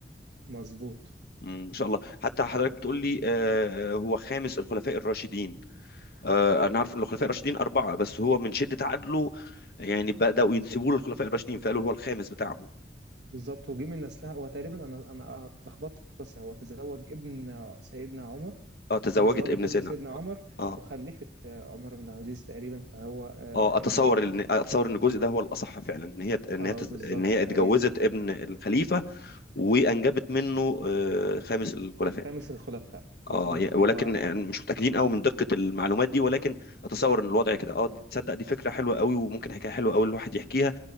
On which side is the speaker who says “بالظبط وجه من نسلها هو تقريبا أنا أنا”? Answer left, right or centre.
Right